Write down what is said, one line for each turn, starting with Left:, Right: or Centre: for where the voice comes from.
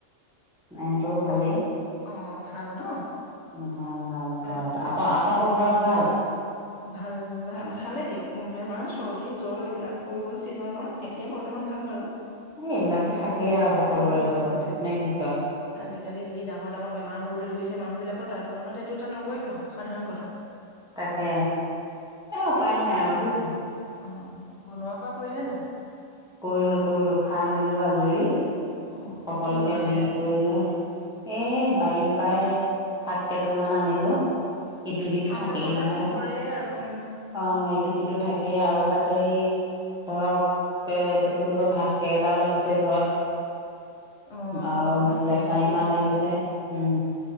Centre: মাঁ হতঁৰো
Left: ঘৰ
Centre: ভালেই।
Left: অ ভাল ন?
Centre: ভাল, ভাল
Left: তাৰপিছতে
Centre: ঘৰত আপ আপোনালোকৰ ঘৰত ভাল?
Left: অ', ভাল ভাল ভালেই দিয়ক বেমাৰ চৰ্দি জ্বৰ এইবিলাক হৈ গ'ল চিজনৰ এতিয়া বৰ্তমান ভাল বাৰু।
Centre: এই এইবিলাকতো থাকেই আৰু সকলোৰে
Left: থাকেই
Centre: ঘৰত
Left: থাকেই থাকে,
Centre: নে কি কয়?
Left: আজিকালি যি ডাঙৰ ডাঙৰ বেমাৰ হবলৈ ধৰিছ মানুহ বিলাকৰ তাৰ তুলনাতে। অন্য সাধাৰণ কথা।
Centre: তাকে, এ উপায়
Left: এতিয়া পিছে
Centre: নাই আৰু, বুইছ?
Left: অ', বনোৱা কৰা কৰিলে নে নাই?
Centre: কৰিলো, কৰিলো। খাই মেলিয়ো আজৰি।
Left: অ
Centre: সকলোকে
Left: কি বনালে
Centre: দি কৰি লৈ এ বাই-পাই। শাক কেইডাল মান আনিলো। ইটো সিটো
Left: আপোনালোকৰ
Centre: থাকেই নহয়,
Left: তাতো কৰে আৰু উম
Centre: অ' ইটো সিটো থাক কেই আৰু তাতেই ধৰক, তে এইটো কি বুলি কয়? ভাত কেৰেলাও লাগিছে ঘৰত।
Left: অ আপোনালোকৰ
Centre: আৰু
Left: ভাত কেৰেলাটো
Centre: লেচাৰীমাহ লাগিছে উম।